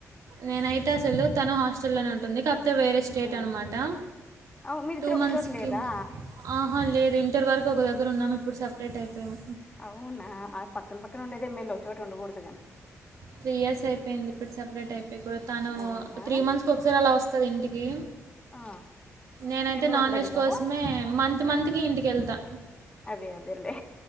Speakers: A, on the right; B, on the left.
A: నేనయితే అసలు తను హాస్టల్లోనే ఉంటుంది కాప్ తే వేరే స్టేట్
B: ఉమ్.
A: అనమాట
B: అవు మీరిద్దరు
A: టూ
B: ఒక
A: మంత్స్కి
B: చోట లేరా
A: ఆహా లేదు ఇంటర్ వరకు ఒక దగ్గర ఉన్నాం ఇప్పుడు సపరేట్ అయిపోయాం
B: అవునా పక్కన పక్కన ఉండేదమ్మాయిలు ఒక చోట ఉండకూడదు గా
A: త్రీ ఇయర్స్ అయిపోయింది ఇప్పుడు సపరేట్ అయిపోయి తను
B: అవునా
A: త్రీ మంత్స్కి కోస్ సారి అలా వస్తది ఇంటికి
B: ఆ
A: నేనైతే
B: మీ నువ్వు
A: నాన్
B: అప్పుడు వెళ్తావా
A: వెజ్ కోసమే మంత్ మంత్ కి ఇంటికేళ్తా
B: అదే అదేలే